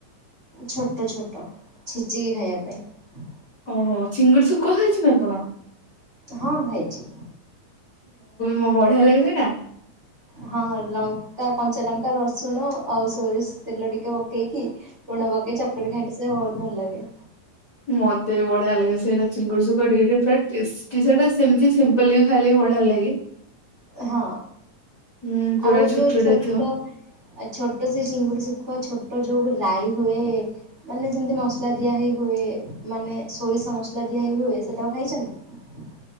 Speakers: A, on the right; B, on the left.
A: ଛୋଟ ଛୋଟ ଛେଚିକି ଖାଇବା ପାଇଁ।
B: ଓହୋ ଚିଙ୍ଗୁଡି ଶୁଖୁଆ ଖାଇଛନ୍ତି ଆପଣ?
A: ହଁ ଖଇଛି।
B: ମୋ ବଢିଆ ଲାଗେ ସେଇଟା
A: ହଁ ଲଙ୍କା କଞ୍ଚା ଲଙ୍କା ରସୁଣ ଆଉ ସୋରିଷ ତେଲ ଟିକେ ପକେଇକି ତୁଣ ପକେଇ ଚକଟି ଖାଇଲେ ସେ ଅନ୍ ଭଲ ଲାଗେ।
B: ମୋତେ ବି ବଢିଆ ଲାଗେ ସେଇଟା ଚିଙ୍ଗୁଡି ଶୁକୁଆ ଟିକିଏ ଟିକିଏ ଫ୍ରାଏ, ଟେଷ୍ଟି ସେଟା ସେମତି ସିମ୍ପୁଲ ହିଁ ଖାଇଲେ ବି ବଢିଆ ଲାଗେ।
A: ହଁ
B: ହୁଁ ପୁରା
A: ଆଉ ଯୋଉ ଛୋଟ
B: ହେଇଥିବ
A: ଆ, ଛୋଟ ସେଇ ଚିଙ୍ଗୁଡି ଶୁଖୁଆ ଛୋ ପଟ ଯେଉଁ ରାଇ ହୁଏ, ମାନେ ଯେମିତି ମସଲା ଦିଆହେଇ ହୁଏ, ମାନେ ସୋରିଷ ମସଲା ଦିଆହେଇ ହୁଏ, ସେଟାକୁ ଖାଇଚନ୍ତି।